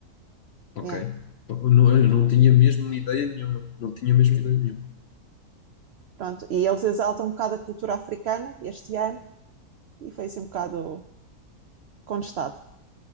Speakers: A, on the left; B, on the right.
A: ok.
B: Yeah,
A: Eu não, eu não tinha mesmo ideia nenhuma. Não tinha mesmo ideia nenhuma.
B: pronto. E eles exaltam um bocado a cultura africana este ano e foi assim um bocado contestado.